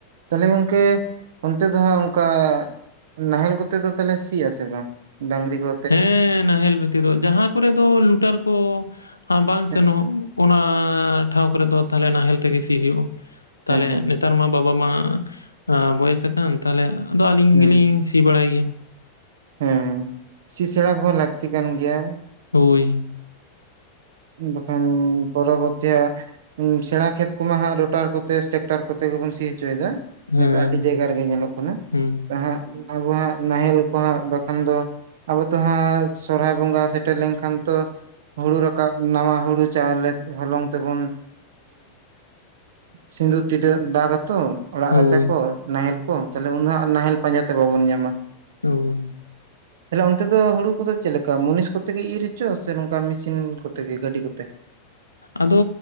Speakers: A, on the right; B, on the left.
A: ᱛᱟᱦᱚᱞᱮ ᱜᱚᱝᱠᱮ ᱚᱱᱛᱮ ᱫᱚᱦᱟᱸᱜ ᱚᱱᱠᱟ ᱱᱟᱦᱮᱞ ᱠᱚᱛᱮ ᱫᱚ ᱛᱟᱦᱚᱞᱮ ᱥᱤᱼᱟ ᱥᱮ ᱵᱟᱝ? ᱰᱟᱝᱨᱤ ᱠᱚ
B: ᱦᱮᱸ ᱱᱟᱦᱮᱞ ᱵᱷᱟᱹᱛᱤ ᱫᱚ, ᱡᱟᱦᱟᱸ ᱠᱚᱨᱮ ᱫᱚ ᱞᱩᱴᱟᱨ ᱠᱚ ᱵᱟᱝ
A: ᱦᱮᱸ
B: ᱥᱮᱱᱚᱜᱼᱟ ᱚᱱᱟ ᱴᱷᱟᱶ ᱠᱚᱨᱮ ᱫᱚ ᱛᱟᱞᱦᱮ ᱱᱟᱦᱮᱞ ᱛᱮᱜᱮ ᱥᱤ ᱦᱩᱭᱩᱜᱼᱟ ᱛᱟᱞᱦᱮ
A: ᱦᱮᱸ
B: ᱱᱤᱼᱼ ᱱᱮᱛᱟᱨ ᱢᱟ ᱵᱟᱵᱟ ᱢᱟ ᱵᱚᱭᱮᱥ ᱟᱠᱟᱱ ᱛᱟᱦᱚᱞᱮ ᱟᱫᱚ ᱟᱹᱞᱤᱧ
A: ᱦᱮᱸ
B: ᱜᱮᱞᱤᱧ ᱥᱤ ᱵᱟᱲᱟᱭ ᱜᱮᱭᱟ᱾
A: ᱦᱮᱸ, ᱥᱤ ᱥᱮᱬᱟ ᱠᱚᱦᱚᱸ ᱞᱟᱹᱠᱛᱤ ᱠᱟᱱ ᱜᱮᱭᱟ᱾
B: ᱦᱳᱭ᱾
A: ᱵᱟᱠᱷᱟᱱ ᱯᱚᱨᱚᱵᱚᱨᱛᱤ ᱦᱟᱜ ᱥᱮᱬᱟ ᱠᱷᱮᱛ ᱠᱚᱢᱟ ᱦᱟᱸᱜ ᱨᱩᱴᱟᱨ ᱠᱚᱛᱮ ᱴᱨᱟᱠᱴᱟᱨ ᱠᱚᱛᱮ ᱜᱮᱵᱚᱱ ᱥᱤ ᱚᱪᱚᱭᱮᱫᱟ᱾
B: ᱦᱮᱸ
A: ᱱᱤᱛᱚᱜ ᱟᱹᱰᱤ ᱡᱟᱭᱜᱟ ᱨᱮᱜᱮ ᱧᱮᱞᱚᱜ ᱠᱟᱱᱟ᱾
B: ᱦᱩᱸ
A: ᱦᱟᱸᱜ ᱟᱵᱚᱣᱟᱜ ᱱᱟᱦᱮᱞ ᱠᱚ ᱦᱟᱸᱜ ᱵᱟᱠᱷᱟᱱ ᱫᱚ ᱟᱵᱚ ᱛᱚ ᱦᱟᱸᱜ ᱥᱚᱨᱦᱟᱭ ᱵᱚᱸᱜᱟ ᱥᱮᱴᱮᱨ ᱞᱮᱱᱠᱷᱟᱱ ᱛᱚ ᱦᱩᱲᱩ ᱨᱟᱼᱼ ᱼᱠᱟᱵ ᱱᱟᱣᱟ ᱦᱩᱲᱩ ᱪᱟᱣᱞᱮ ᱦᱚᱞᱚᱝ ᱛᱮᱵᱚᱱ ᱥᱤᱸᱫᱩᱨ ᱴᱤᱰᱟᱹᱜ ᱫᱟᱜᱽ ᱟᱛᱚ᱾ ᱚᱲᱟᱜ
B: ᱦᱳᱭ
A: ᱨᱟᱪᱟ ᱠᱚ, ᱱᱟᱦᱮᱞ ᱠᱚ, ᱛᱟᱦᱞᱮ ᱩᱱ ᱫᱚ ᱱᱟᱦᱮᱞ ᱯᱟᱸᱡᱟ ᱛᱮ ᱵᱟᱵᱚᱱ ᱧᱟᱢᱟ᱾
B: ᱚ
A: ᱛᱟᱦᱚᱞᱮ ᱚᱱᱛᱮ ᱫᱚ ᱦᱩᱲᱩ ᱠᱚᱫᱚ ᱪᱮᱫ ᱞᱮᱠᱟ ᱢᱩᱱᱤᱥ ᱠᱚᱛᱮ ᱜᱮ ᱤᱨ ᱦᱚᱪᱚ ᱥᱮ ᱱᱚᱝᱠᱟ ᱢᱮᱥᱤᱱ ᱠᱚᱛᱮ? ᱜᱮ ᱜᱟᱹᱰᱤ ᱠᱚᱛᱮ᱾
B: ᱟᱫᱚ